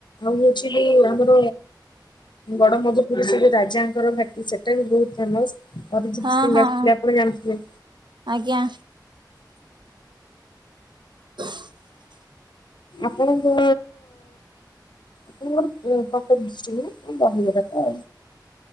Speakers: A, on the left (about 80°); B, on the right (about 85°).
A: ହଉଛି ବି ଆମର ଗଡ଼ ମଧୁପୁର ସେ ଯୋଉଁ ରାଜାଙ୍କର ଭାଟି ସେଠ ସେଟା ବି ବହୁତ ଫେମସ ଅରିଜିତ
B: ହଁ
A: ସିଂ
B: ହଁ
A: ଆସିଥିଲେ ଆପଣ ଜାଣିଥିଲେ
B: ଆଜ୍ଞା। <inaudible>
A: ଆପଣଙ୍କ ଆପଣଙ୍କର କଟକ ଡିଷ୍ଟ୍ରିକ୍ଟରେ ଦହି ବରା ତ?